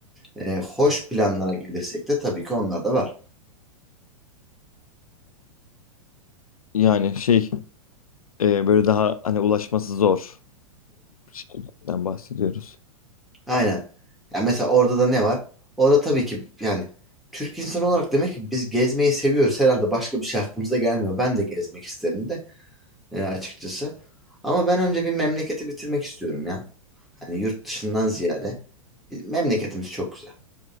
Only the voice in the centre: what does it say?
e, hoş planlara gelirsek de tabii ki onlar da var.
Aynen. Yani mesela orada da ne var? Orada tabii ki yani Türk insanı olarak demek ki biz gezmeyi seviyoruz. Herhalde başka bir şey aklımıza gelmiyor. Ben de gezmek isterim de e, açıkçası. Ama ben önce bir memleketi bitirmek istiyorum ya. Hani yurt dışından ziyade. Biz- Memleketimiz çok güzel.